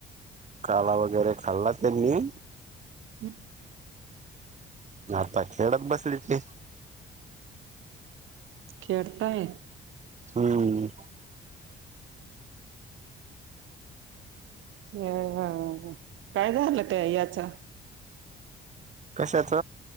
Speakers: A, on the right; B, on the right.
A: काला वगैरे खाल्ला त्यांनी
B: हम् <inaudible>
A: न आता खेळत बसली ती.
B: खेळतायेत.
A: हुं.
B: ह ह हा काय झालं त्या याचा?
A: कशाच?